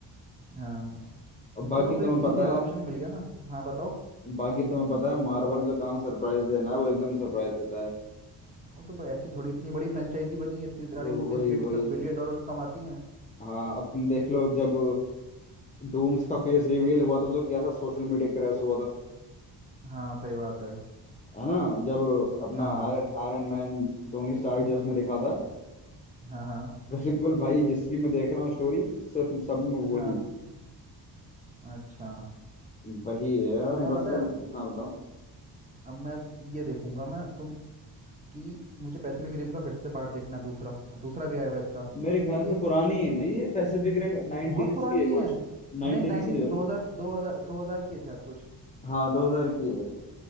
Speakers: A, on the right; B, on the left.
A: हाँ
B: अब
A: इनके
B: बाकी
A: पास तो
B: तुम्हें
A: एक
B: पता
A: इजी ऑप्शन
B: है
A: मिल गया ना हाँ बताओ
B: बाकी तुम्हें पता है मार्वल का काम सरप्राइज देना है वो एकदम सरप्राइज देता है
A: वो तो भाई ऐसी थोड़ी इतनी बड़ी फ्रेंचाइजी बनी है इतनी सारी
B: वही
A: मूवीज हिट
B: वही
A: सब बिलियन डॉलर्स कमाती हैं
B: हाँ अब तुम देख लो जब डूम्स का फेस रिवील हुआ था तो कैसा सोशल मीडिया क्रैश हुआ था
A: हाँ सही बात है
B: है ना जब अपना
A: हाँ
B: Iron Iron Man Tony Stark जो उसमें दिखा था
A: हाँ हाँ
B: बिल्कुल भाई जिसकी मैं देख रहा हूँ स्टोरी सब सब में वही
A: हाँ अच्छा
B: वही है यार
A: मैं पता
B: बस
A: है अब
B: हाँ बताओ
A: अब मैं ये देखूंगा मैं तुम कि मुझे पैसिफिक रिम का फिर से पार्ट देखना है, दूसरा दूसरा भी आया हुआ है इसका
B: मेरे ख्याल
A: तुम ये
B: से पुरानी है ना ये पैसिफिक रिम 19s
A: बहुत पुरानी
B: की है
A: है
B: कुछ 19s
A: नहीं नाइनटीज
B: की
A: में
B: है
A: दो हजार दो हजार दो हजार की है शायद कुछ
B: हाँ 2000 की है